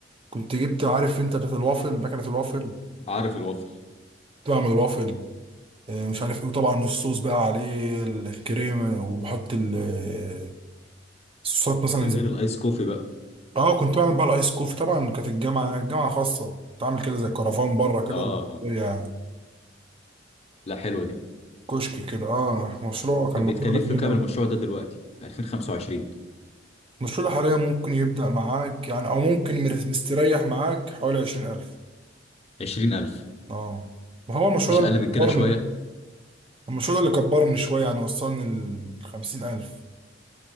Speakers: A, on the right (about 30°); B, on the left (about 35°).
A: كنت جبت عارف انت بتاعت الوافل مكنة الوافل
B: عارف الوافل
A: كنت بعمل الوافل آه، مش عارف ايه وطبعا الصوص بقى عليه الكريمة وبحط ال- صوت مثلا
B: ده غير
A: زي
B: الايس كوفي بقى
A: اه كنت بعمل بقى الايس كوفي طبعا كانت الجامعه جامعه خاصه كنت عامل كده زي كرفان بره كده
B: اه
A: يعني
B: لا حلوه دي
A: كشك كده اه مشروع كان
B: طب
A: مشروع
B: بيتكلف
A: جميل
B: له كام
A: قوي
B: المشروع ده دلوقتي في 2025
A: المشروع ده حاليا ممكن يبدا معاك يعني او ممكن مر- مستريح معاك حوالي 20000
B: 20000
A: اه ما هو المشروع
B: مفيش
A: ده
B: اقل
A: اللي
B: من كده
A: كبرني
B: شويه
A: المشروع ده اللي كبرني شويه يعني وصلني ل 50000